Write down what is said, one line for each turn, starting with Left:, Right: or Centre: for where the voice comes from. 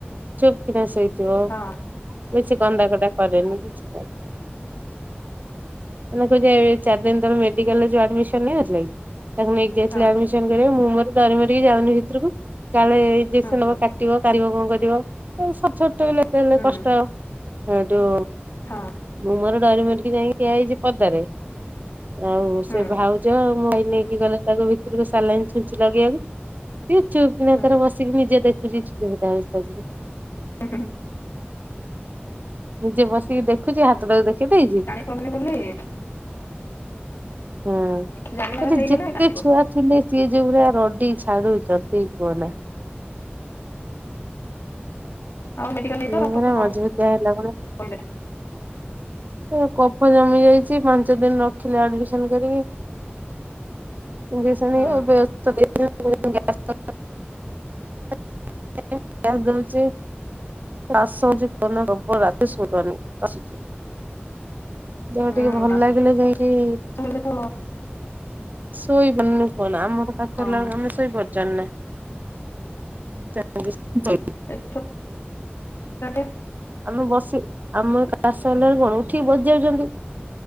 Right: ଚୁପ୍ କିନା ଶୋଇଥିବ
Left: ଆଉ
Right: ବେଶୀ କନ୍ଦାକଟା କରେନି କିଛି କ ମ କ <unintelligible> ଚାରି ଦିନ ତଳେ ମେଡିକାଲରେ ଆଡମିସନ ହେଇଚି ନେଇଥିଲା କି ତାକୁ ନେଇକି ଯାଇଥିଲା
Left: ହଁ
Right: ଆଡ ମୁଁ ମୋର ଡରି ମରିକି ଯାଉନି ଭିତକୁ କାଳେ ଇଞ୍ଜେକ୍ସନ୍
Left: ହଁ
Right: ନବାକୁ
Left: ହୁଁ
Right: କାଟିବ। ପାରିବ କଣ କରିବ ଛଟ ଛୋଟତେ <unintelligible> ହେଲେ
Left: ହୁଁ
Right: କଷ୍ଟ ହେଠୁ
Left: ହଁ।
Right: ମୁଁ ମୋର ଡରି ମରିକି ଯାଇଁକି ଠିଆ ହେଇଛି ପଦାରେ ଆଉ
Left: ହୁଁ
Right: ସେ ଭାଉ ଉଜ ଭାଇ ତାକୁ ନେଇକି ଗଲେ ତାକୁ ଭିତରକୁ ସାଲାଇନ୍ ଛୁଞ୍ଚି ଲଗେଇବାକୁ। ସିଏ ଚୁପ ନା
Left: ହୁଁ
Right: ତାର ବସିକି ନିଜେ ଦେଖୁଛିମଟାରେ। <unintelligible>
Left: ହୁଁ।
Right: ନିଜେ ବସିକି ଦେଖୁଛି ହାତଟାକୁ ଦେଖେଇ ଦେଇଛି।
Left: କରନି ବୋଲି। <unintelligible>
Right: ହଁ ହୋଉଛି
Left: ଜାଣିବାର ହେଇଗଲେ
Right: ଯେତେ
Left: କାନ୍ଦିବ
Right: ଛୁଆ ଥିଲେ ସିଏ ଯୋଉ ଭଳିଆ ରଡି ଛାଡୁଛନ୍ତି କୁହନା।
Left: ଆଉ ମେଡିକାଲ୍ ନେଇଥିଲ
Right: ଇଏ
Left: ଡାକ୍ଟର
Right: ପୁରା
Left: କଣ
Right: ମଜବୁତିଆ ହେଲା
Left: କହିଲା?
Right: କହିଲା କଫ ଜମି ଯାଇଛି ପାଞ୍ଚ ଦିନ ରଖିଲେ ଆଡମିସନ କରିକି। ବ୍ୟସ୍।
Left: ହଁ
Right: <unintelligible> କେ ଦଲଚ। <inaudible> ଚାଷ ହଉଛି ପୁନ ଗବ ରାତି ଶଧନି ଆସୁ। <unintelligible> ଦେହ
Left: ହୁଁ
Right: ଟିକେ ଭଲ
Left: କାଶ
Right: ଲାଗିଲେ ଯାଇଁକି
Left: ହେଲେ ତ
Right: ଶୋଇ ପାରୁନି କୁହନା ଆମର କାଶ
Left: ହଁ
Right: ହେଲା ବେଳେ ଆମେ ଶୋଇପାରୁଚନ୍ତି ନା? ଚା। <inaudible>
Left: ଏଟ। <inaudible>
Right: ଆମେ ବସି ଆମ କାଶ ହେଲା କଣ ଉଠିକି ବସିଜାଉଛନ୍ତି।